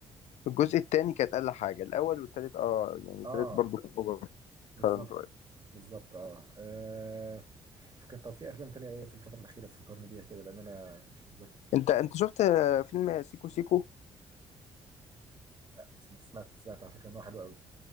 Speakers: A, on the left (about 55°); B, on the right (about 30°).
A: الجزء التاني كانت أقل حاجة الأول والتالت اه يعني التالت
B: اه
A: برضو كان أوفر
B: بالظبط
A: فعلا شوية
B: بالظبط اه, آه. كان طب في افلام تانية ايه في الفتره الاخيره تفكرني بيها كده لان انا مش متذكر
A: أنت أنت شفت آه، فيلم سيكو سيكو؟
B: لا بس سمعت سمعت على فكره ان هو حلو قوي